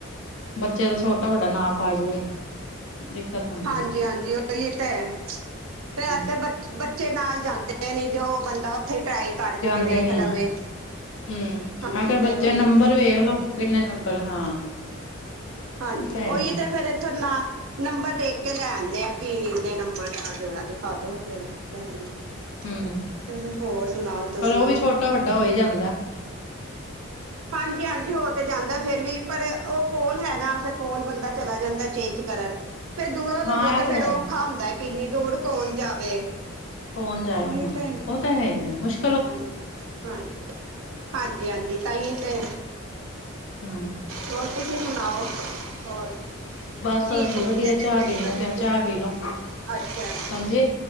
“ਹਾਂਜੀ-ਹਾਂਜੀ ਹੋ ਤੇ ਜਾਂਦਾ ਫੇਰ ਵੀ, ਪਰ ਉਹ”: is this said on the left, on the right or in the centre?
Right